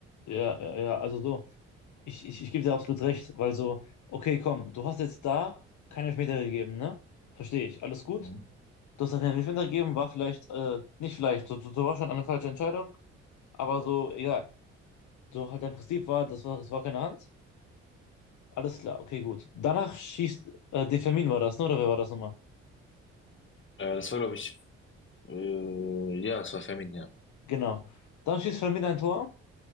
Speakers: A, on the left; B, on the left.
A: Ja, ja, ja, also so, ich, ich, ich gebe dir absolut recht, weil so, okay, komm, du hast jetzt da keinen Elfmeter gegeben, ne? Verstehe ich, alles gut.
B: Mhm.
A: Du hast da keinen Elfmeter gegeben, war vielleicht, äh, nicht vielleicht, so, so, so war schon eine falsche Entscheidung, aber so, egal. So halt dein Prinzip war, das war, das war keine Hand. Alles klar, okay, gut. Danach schießt, äh, De Firmin war das, ne? Oder wer war das nochmal?
B: Äh, das war, glaube ich, Äh, ja, es war Feminin, ja.
A: Genau. Dann schießt Firmin ein Tor,